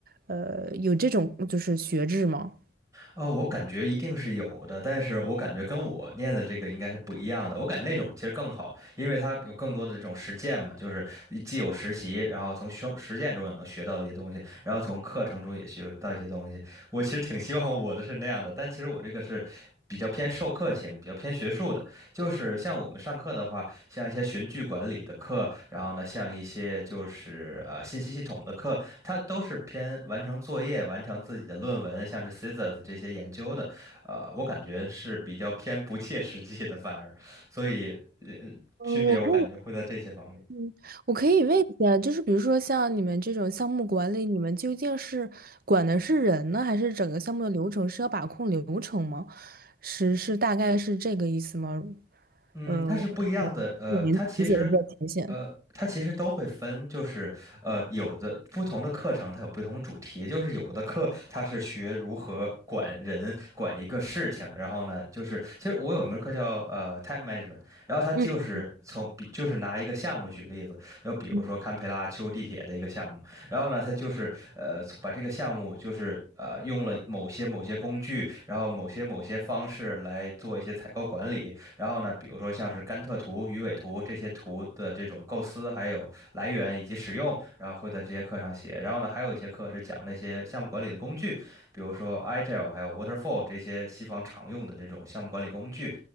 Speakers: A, on the right (about 50°); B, on the right (about 20°).
A: 呃，有这种就是学制吗？
B: 哦，我感觉一定是有的，但是我感觉跟我念的这个应该是不一样的。我感觉那种其实更好，因为它有更多的这种实践嘛，就是既有实习，然后从生实践中也能学到一些东西，然后从课程中也学到一些东西。我其实挺希望我的是那样的，但其实我这个是比较偏授课型，比较偏学术的。就是像我们上课的话，像一些循序管理的课，然后呢，像一些就是呃信息系统的课，它都是偏完成作业、完成自己的论文，像是 Scissors 这些研究的，呃，我感觉是比较偏不切实际的，反而，所以呃
A: 呃，
B: 区别我感觉会在这些方面。
A: 我可以，嗯，我可以问一下，就是比如说像你们这种项目管理，你们究竟是管的是人呢，还是整个项目的流程是要把控流程吗？是是大概是这个意思吗？
B: 嗯，
A: 呃，
B: 它是不一样的。
A: 呃，
B: 呃，
A: 我您理解的比较浅显。
B: 它其实，呃，它其实都会分，就是呃，有的不同的课程它有不同的主题，就是有的课它是学如何管人、管一个事情，然后呢，就是其实我有一门课叫呃 time management，然后它就是从比就是拿一个项目举例子，
A: 嗯
B: 就比如说堪培拉修地铁的一个项目，
A: 嗯
B: 然后呢，它就是呃把这个项目就是呃用了某些某些工具，然后某些某些方式来做一些采购管理。然后呢，比如说像是甘特图、鱼尾图这些图的这种构思，还有来源以及使用，然后会在这些课上写。然后呢，还有一些课是讲那些项目管理的工具，比如说 Agile 还有 Waterfall 这些西方常用的这种项目管理工具。